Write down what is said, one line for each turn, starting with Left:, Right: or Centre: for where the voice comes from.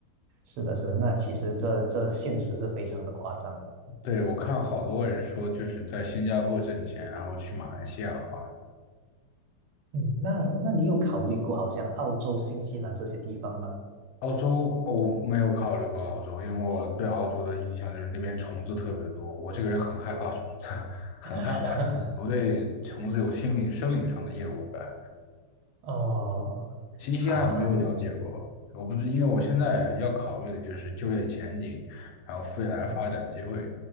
Right: 是的，是的，那其实这这现实是非常的夸张的。
Left: 对，我看好多人说，就是在新加坡挣钱，然后去马来西亚花。
Right: 嗯，那那你有考虑过好像澳洲、新西兰这些地方吗？
Left: 澳洲，哦我没有考虑过澳洲，因为我对澳洲的印象就是那边虫子特别多，我这个人很害怕虫子，<laughs> 很害怕虫子，
Right: <laughs>
Left: 我对虫子有心理、生理上的厌恶感。
Right: 哦，
Left: 新西兰有没有了解过？
Right: 好好，那
Left: 我不知，因为我现在要考虑的就是就业前景，然后未来发展机会，
Right: 嗯